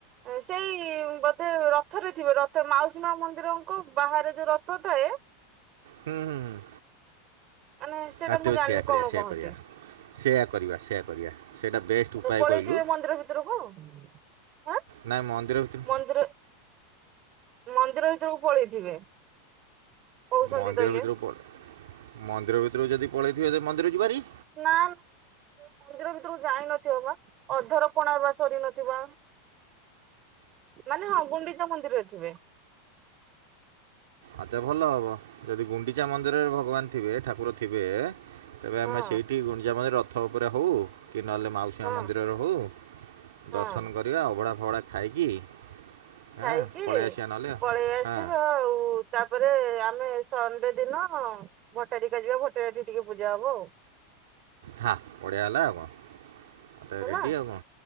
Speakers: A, on the right; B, on the right.
A: ସେଇ-ଇ-ଇ ବୋଧେ ରଥରେ ଥିବେ ରଥ ମାଉସୀ ମାଆ ମନ୍ଦିରଙ୍କ ବାହାରେ ଯୋଉ ରଥ ଥାଏ
B: ହୁଁ-ହୁଁ-ହୁଁ।
A: ମାନେ ସେଇଟା
B: ତା
A: ମୁଁ
B: ତେବେ
A: ଜାଣିନି
B: ସେଇୟା କରିବା
A: କଣ
B: ସେଇୟା
A: କହନ୍ତି।
B: କରିବା ସେଇୟା କରିବା ସେଇୟା କରିବା। ସେଇଟା ବେଷ୍ଟ
A: <inaudible>
B: ଉପାୟ
A: ପଳେଇଥିବେ
B: କହିଲୁ
A: ମନ୍ଦିର ଭିତରକୁ ଆଁ?
B: ନାଇଁ ମନ୍ଦିର ଭିତରୁ
A: ମନ୍ଦିର ମନ୍ଦିର ଭିତରକୁ ପଳେଇଥିବେ। କହୁଛନ୍ତି
B: ମନ୍ଦିର
A: ତ ଇଏ
B: ଭିତରୁକୁ ପଳ ମନ୍ଦିର ଭିତରୁକୁ ଯଦି ପଳେଇଥିବେ ଯେ ମନ୍ଦିର ଯିବୁହାରି
A: ନାନ୍ ମନ୍ଦିର ଭିତରକୁ ଯାଇନଥିବ ବା ଅଧର ପଣା ବା ସରି ନଥିବ। ମାନେ ହଁ ଗୁଣ୍ଡିଚା ମନ୍ଦିରରେ ଥିବେ।
B: ଆଉ ତେ ଭଲ ହବ ଯଦି ଗୁଣ୍ଡିଚା ମନ୍ଦିରରେ ଭଗବାନ ଥିବେ ଠାକୁର ଥିବେ। ତେବେ
A: ହଁ।
B: ଆମେ ସେଇଠି ଗୁଣ୍ଡିଚା ମନ୍ଦିର ରଥ ଉପରେ ହଉ କି ନହେଲେ ମାଉସୀ
A: ହଁ
B: ମା ମନ୍ଦିରରେ ହଉ।
A: ହଁ
B: ଦର୍ଶନ କରିବା ଅଭଡ଼ା ଫଭଡ଼ା ଖାଇକି। ହେଁ
A: ଖାଇକି
B: ପଳେଇ ଆସିବା ନହେଲେ
A: ପଳେଇ ଆସିବା
B: ହଁ
A: ଆଉ। ତାପରେ ଆମେ ସଣ୍ଡେ ଦିନ ଭଟ୍ଟାରିକା ଯିବା ଭଟ୍ଟାରୀ ଟିକେ ପୂଜା ହବ ଆଉ।
B: ହଁ ବଢିଆ ହେଲା ଆଉ କଣ ତ
A: ହେଲା।
B: ରେଡ଼ି ଆଉ କଣ।